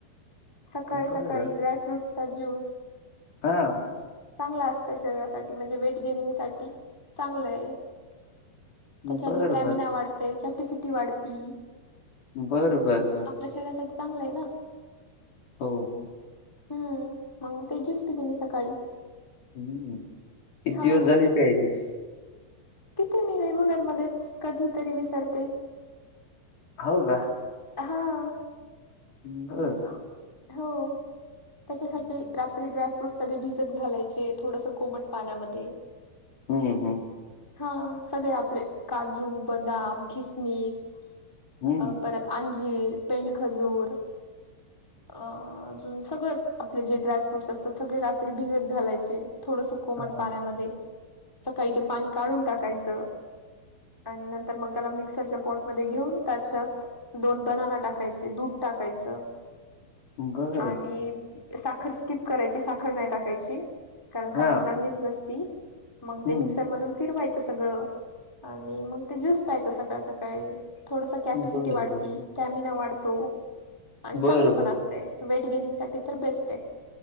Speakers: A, in the centre; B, on the left.
A: सकाळी
B: बर
A: सकाळी ड्रायफ्रूट्सचा ज्यूस.
B: हा.
A: चांगलं असतं शरीरासाठी, म्हणजे वेटगेनिंग साठी चांगलंय.
B: बर
A: त्याच्याने स्टॅमिना
B: बर
A: वाढतंय, कॅपसिटी वाढती.
B: बर बर बर.
A: आपल्या शरीरासाठी चांगलं आहे ना.
B: हो हो.
A: हम्म, मग ते जूस पिते मी सकाळी.
B: हम्म, किती
A: हा
B: दिवस झाले प्यायलीस?
A: पिते मी रेग्युलर मध्येच, कधीतरी विसरते.
B: हो का?
A: हाव.
B: <unintelligible>
A: हो त्याच्यासाठी
B: हम्म
A: रा त्री ड्रायफ्रूटस सगळे भिजत घालायचे, थोडसं कोमट पाण्यामध्ये.
B: हम्म <unintelligible>
A: हा सगळे आपले. काजू, बदाम, खिसमिस
B: हम्म
A: अ परत अंजीर, पेंडखजूर अ अजून सगळंच, आपले जे ड्राय फ्रुट्स असतात सगळे रात्री भिगत घालायचे. थोडंस कोमट
B: हा
A: पाण्यामध्ये, सकाळी ते पाणी काढून टाकायचं. आणि नंतर मग त्याला मिक्सरच्या पॉटमध्ये घेऊन, त्याच्यात दोन बनाना टाकायचे, दूध टाकायचं.
B: बर
A: आणि साखर स्कीप करायची, साखर नाही टाकायची. कारण
B: हा
A: साखर चांगलीच नस ती, मग ते
B: हम्म
A: मिक्सरमधून फिरवायचं सगळं. आणि मग ते ज्यूस प्यायचा सकाळ सकाळी. थोडस कॅपसिटी
B: बर
A: वाढती
B: बर
A: स्टॅ मिना वाढतो. आणि
B: बर
A: चांगलं पण
B: बर
A: असतं वेट गेनिंग साठी तर बेस्ट आहे.